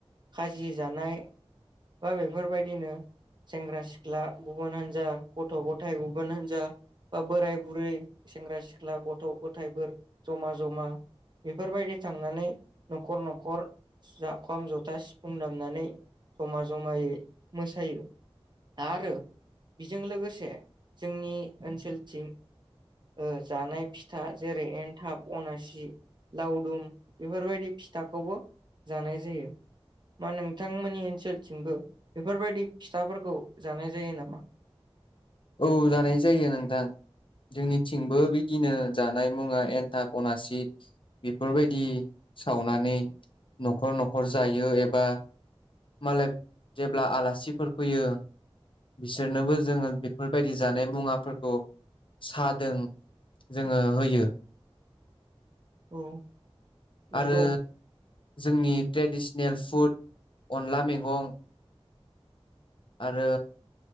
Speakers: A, on the right (about 45°); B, on the left (about 55°).
A: खाजि जानाय बा बेफोरबायदिनो सेंग्रा सिख्ला गुबुन हान्जा गथ' गथाइ गुबुन हान्जा बा बोराय बुरै सेंग्रा सिख्ला गथ' गथायफोर जमा जमा बेफोरबायदि थांनानै नखर नखर <unintelligible> जथा सिफुं दामनानै जमा जमायै मोसायो आरो बेजों लोगोसे जोंनि ओनसोलथिं ओ जानाय फिथा जेरै एनथाब अनासि लावदुम बेफोरबायदि फिथाखौबो जानाय जायो। मा नोंथांमोननि ओनसोलथिंबो बेफोरबायदि फिथाफोरखौ जानाय जायो नामा?
B: औ जानाय जायो नोंथां। जोंनि थिंबो बिदिनो जानाय मुवा एन्थाब अनासि बेफोरबायदि सावनानै नखर नखर जायो एबा मालाय जेब्ला आलासिफोर फैयो बिसोरनोबो जोङो बेफोरबायदि जानाय मुवाफोरखौ सादों जोङो होयो।
A: औ। नंगौ
B: आरो जोंनि ट्रेदिस सनेेल फुद अनला मेगं आरो